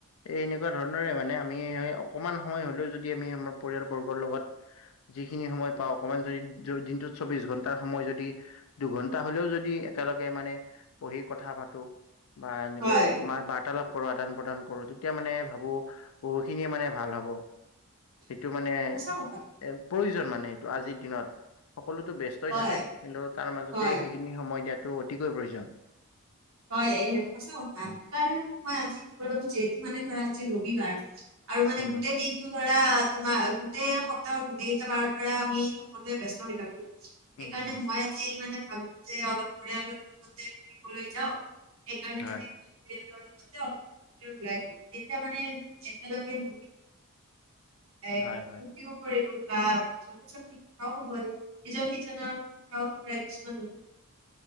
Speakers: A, on the left (about 75°); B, on the right (about 70°).
A: এই এনেকুৱা ধৰণৰে মানে আমি অকমান সময় হলেও যদি আমি আমাৰ পৰিয়ালবৰ্গৰ লগত যিখিনি সময় পাওঁ অকমান যদি দিনটোত চৌবিশ ঘণ্টা সময় যদি দুঘন্টা হলেও যদি একেলগে মানে বহি কথা পাতো বা এনেকৈ
B: হয়
A: মাৰ বাৰ্তালাপ কৰো আদান প্ৰদান কৰো তেতিয়া মানে ভাবো বহু খিনিয়ে মানে ভাল হব। সেইটো মানে এ
B: সঁচা কথা
A: প্ৰয়োজন মানে এইটো আজিৰ দিনত সকলোতো ব্যস্ তই
B: হয়
A: থাকে কিন্ত তাৰ মাজতে
B: হয়
A: সেইখিনি সময় দিয়াটো অতিকৈ প্ৰয়োজন।
B: হয় এই সঁচা কথা
A: উম,
B: সেইকাৰণে মই আজি <inaudible> কি ক ল যিহেতু মানে ধৰা আজি ৰবিবাৰ। আৰু মানে
A: উম,
B: গোটেই দিন ধৰা তোমাৰ গোটেই সপ্তাহৰ গোটেই কেইটা বাৰত ধৰা আমি সকলোৱে ব্স্ত হৈ থাকো। সেইকাৰণে
A: উম, উম,
B: মই আজি মানে ভাবো যে অলপ পৰিয়ালৰ লগতে ফুৰিবলৈ যাওঁ। সেইকাৰণে
A: হয়।
B: মানে পৰিয়ালৰ লগত অলপ ওলাই গ'ল তেতিয়া মানে একেলগে
A: <inaudible>
B: এই ফূৰ্তি
A: হয়।
B: কৰিলোঁ বা <unintelligible> হয় এজন সিজনৰ কিছুমান হ।